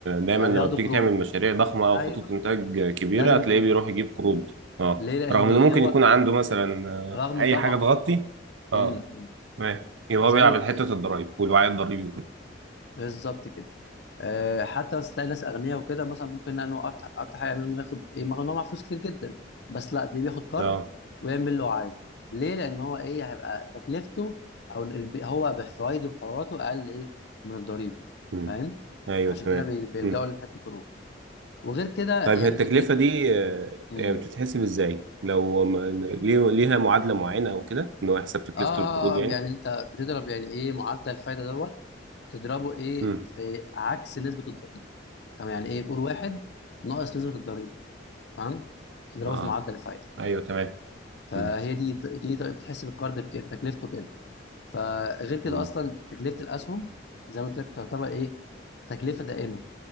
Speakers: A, on the right; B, on the left.
A: دايما
B: آه
A: لما
B: بياخدوا
A: بتيجي
B: قروض
A: تعمل مشاريع ضخمه
B: ايوه
A: او خطوط انتاج كبيره
B: لازم
A: هتلاقيه
B: قروض
A: بيروح يجيب قروض اه
B: ليه لان
A: رغم انه ممكن
B: هو
A: يكون عنده مثلا
B: رغم
A: آه، اي
B: طبعا
A: حاجه تغطي
B: طبعا
A: اه
B: امم امم.
A: تمام يبقى
B: زي
A: هو بيلعب
B: ما انت
A: على
B: قلت
A: حته الضرايب والوعي الضريبي وكده
B: بالظبط كده آه، حتى بس تلاقي ناس اغنياء وكده مثلا ممكن لانه اكتر اكتر حاجه يعمل انه ياخد ايه مع ان هو معاه فلوس كتير جدا بس لا تلاقيه بياخد كارد
A: اه
B: ويعمل اللي هو عايزه ليه لان هو ايه هيبقى تكلفته او الب- هو بفوايده وحراته اقل ايه من الضريبه
A: مم.
B: فاهم
A: ايوه
B: عشان
A: تمام
B: كده بي- بيلجأوا
A: مم.
B: لحته القروض وغير كده
A: طيب
B: يعني
A: هي التكلفه
B: تكلفه
A: دي آه،
B: امم
A: يعني بتتحسب ازاي لو ما- ليه- ليها معادله معينه او كده ان هو يحسب تكلفه
B: آه, آه,
A: القروض يعني
B: اه يعني انت بتضرب يعني ايه معدل الفايده دوت تضربه ايه
A: مم.
B: في عكس نسبه الضريبه طب يعني ايه كور واحد ناقص نسبه الضريبه تمام تضربه
A: اه
B: في معدل الفايده
A: ايوه تمام
B: فهي
A: مم.
B: دي دي طريقه بتحس بالكارد بكده تكلفته كده فغير كده
A: مم.
B: اصلا تكلفه الاسهم زي ما قلت لك تعتبر ايه تكلفه دائمه